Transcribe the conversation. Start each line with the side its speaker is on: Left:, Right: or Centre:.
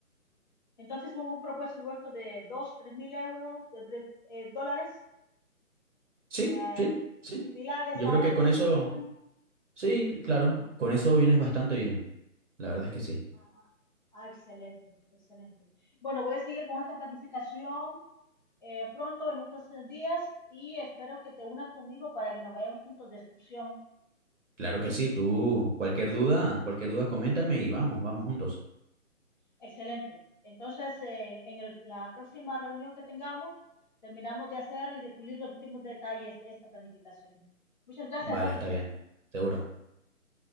Left: entonces un un presupuesto de 2, tres mil euros, de tre- eh, dólares
Right: Sí,
Left: eh,
Right: sí, sí.
Left: similares
Right: Yo
Left: a
Right: creo que
Left: euros
Right: con eso,
Left: también.
Right: sí, c- claro, con eso vienes bastante bien. La verdad es que sí.
Left: Ah, ah, excelente, excelente. Bueno, voy a seguir con esta planificación eh, pronto en estos días y espero que te unas conmigo para que nos vayamos juntos de excursión.
Right: Claro
Left: ¿Qué
Right: que
Left: dices?
Right: sí, tú, cualquier duda, cualquier duda, coméntame y vamos, vamos juntos.
Left: Excelente. Entonces, eh, en el- la próxima reunión que tengamos, terminamos de hacer y de pulir los últimos detalles de esta planificación. Muchas gracias,
Right: Vale,
Left: Rodney
Right: está bien, seguro.